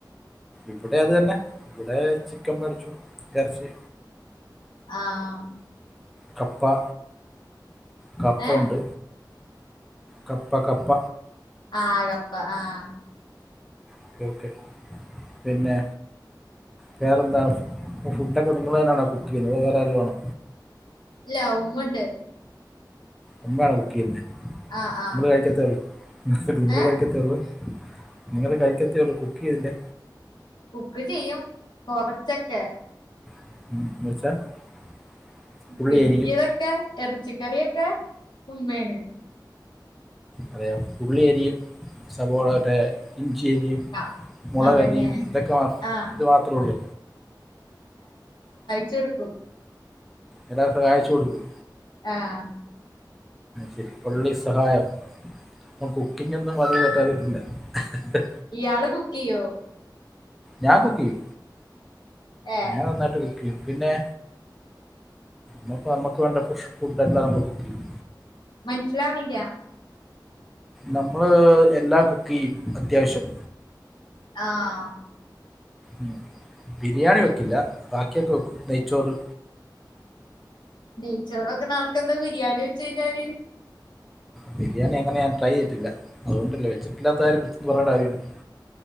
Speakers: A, in the centre; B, on the left (about 75°).
A: ഇവിടെ അത് തന്നെ ഇവിടെ ചിക്കൻ മേടിച്ചു ഇറച്ചി
B: ആഹ്
A: കപ്പ കപ്പ
B: ഹേ
A: ഉണ്ട് കപ്പ കപ്പ
B: ആഹ് കപ്പ ആഹ്
A: ഓക്കെ ഓക്കെ പിന്നെ വേറെന്താ ഫുഡൊക്കെ നിങ്ങൾ തന്നെയാണോ കുക്ക് ചെയ്യുന്നത് അതോ വേറെ ആരേലും ആണോ
B: ഇല്ല ഉമ്മണ്ട്
A: ഉമ്മയാണോ കുക്ക് ചെയ്യുന്നേ
B: ആഹ് ആഹ്
A: നമ്മള് കഴിക്കത്തെയുള്ളു നിങ്ങള്
B: ഏഹ്
A: കഴിക്കത്തെയുള്ളു നിങ്ങള് കഴിക്കത്തേ ഉള്ളൂ കുക്ക് ചെയ്തില്ലേ
B: കുക്ക് ചെയ്യും കൊറച്ചൊക്കെ
A: <unintelligible> ഉള്ളി
B: വലിയതൊക്കെ
A: അരിയും
B: എറ ചിക്കറിയെക്കെ ഉ മേന
A: അതെയം ഉള്ളിയരിയും സബോള അവരെ ഇഞ്ചിരിയും
B: ആഹ്
A: മുളകരിയും
B: അതന്നെ
A: ഇതൊക്കെ മാ
B: ആഹ്
A: ഇത് മാത്രേ ഉള്ള്
B: ചെട്കകും
A: എല്ലാ സഹായിച്ചു കൊടുക്കും
B: ആഹ്
A: ശെരി പള്ളി സഹായം അപ്പ കുക്കിംഗ ഒന്നും വ കേട്ടാറിയിട്ടില്ല <unintelligible>
B: ഇയാള് കുക്കിയോ
A: ഞാൻ കുക്കിയു
B: ഏഹ്
A: ഞാൻ നന്നായിട്ട് പിന്നെ നമ്മ നമ്മക്ക് വേണ്ട് ഫുഡ് എ നമ്മള് കുക്ക് ചെയ്യും.
B: മനസ്സിലാവ്ണില്ലാ
A: നമ്മള് എല്ലാം കുക്ക് ചെയ്യും അത്യാവശ്യം
B: ആഹ്
A: ഉ ബിരിയാണി വെക്കില്ല ബാക്കിയൊക്കെ വെക്കും നെയ്ച്ചോറ്
B: നെയ്ച്ചോറൊക്കെ നാൾക്കെന്താ ബിരിയാണി വെച്ച് കഴിഞ്ഞാല്
A: ബിരിയാണി അങ്ങനെ ഞാൻ ട്രൈ ചെയ്ട്ടില്ല അതുകൊണ്ടല്ലേ വെച്ചിട്ടില്ലാത്ത കാര്യ പിച്ചന്ന് പറേണ്ട കാര്യമില്ലല്ലോ